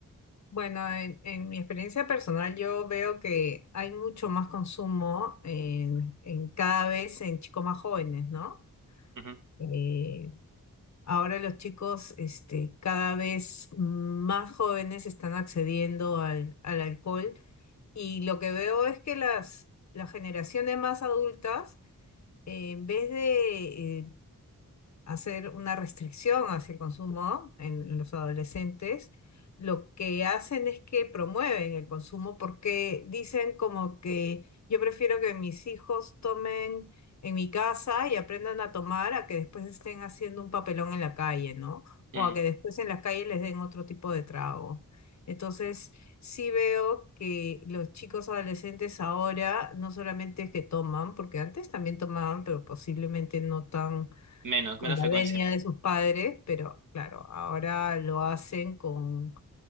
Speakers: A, on the left (about 55°); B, on the right (about 65°).
A: Bueno, en, en mi experiencia personal yo veo que hay mucho más consumo en, en cada vez en chicos más jóvenes, ¿no?
B: Ujú.
A: Eh, ahora los chicos este, cada vez más jóvenes están accediendo al, al alcohol y lo que veo es que las, las generaciones más adultas, eh, en vez de eh, hacer una restricción hacia el consumo en los adolescentes, lo que hacen es que promueven el consumo porque dicen como que yo prefiero que mis hijos tomen en mi casa y aprendan a tomar a que después estén haciendo un papelón en la calle, ¿no? O
B: Mm,
A: a que después en la calle les den otro tipo de trago. Entonces, sí veo que los chicos adolescentes ahora no solamente es que toman, porque antes también tomaban, pero posiblemente no tan
B: menos,
A: con
B: menos
A: la
B: frecuencia.
A: venia de sus padres, pero claro, ahora lo hacen con,